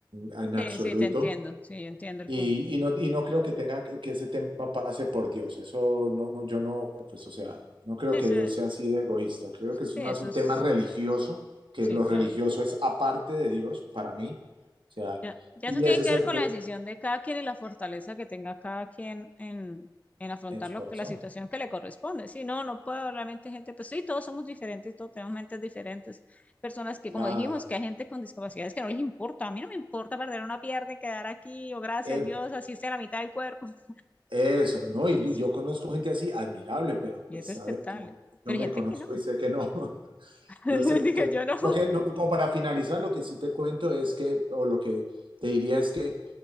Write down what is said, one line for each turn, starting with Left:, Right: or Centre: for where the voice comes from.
Right: en absoluto.
Left: Sí, sí, te entiendo, sí, yo entiendo el
Right: Y,
Left: punto.
Right: y no, y no creo que tenga que, que ese tema pase por Dios. Eso no, no, yo no, pues, o sea, no creo
Left: Sí,
Right: que
Left: sí,
Right: Dios sea así de egoísta. Creo
Left: sí,
Right: que es más
Left: eso
Right: un
Left: es,
Right: tema religioso, que
Left: sí,
Right: lo
Left: claro.
Right: religioso es aparte de Dios para mí. O sea,
Left: Ya, ya
Right: y
Left: eso tiene
Right: ese
Left: que
Right: es el
Left: ver con
Right: pro-
Left: la decisión de cada quien y la fortaleza que tenga cada quien en, en afrontar
Right: en su
Left: lo
Right: corazón.
Left: que, la situación que le corresponde. Si no, no puedo realmente gente, pues sí, todos somos diferentes, todos tenemos mentes diferentes. Personas que,
Right: Claro.
Left: como dijimos, que hay gente con discapacidades que no les importa. A mí no me importa perder una pierna y quedar aquí, o gracias
Right: Eh,
Left: a Dios, así sea la mitad del cuerpo. <laughs>
Right: Eso, ¿no?
Left: Y
Right: Y
Left: eso,
Right: yo conozco gente así, admirable, pero
Left: y
Right: pues
Left: es respetable.
Right: a ver, yo, yo
Left: Pero
Right: me
Left: hay gente
Right: conozco
Left: que no.
Right: y sé que no. <laughs>
Left: <laughs>
Right: Yo sé
Left: Dije
Right: que no.
Left: yo no.
Right: Lo que, lo que- como para finalizar, lo que sí te cuento es que, o lo que te diría es que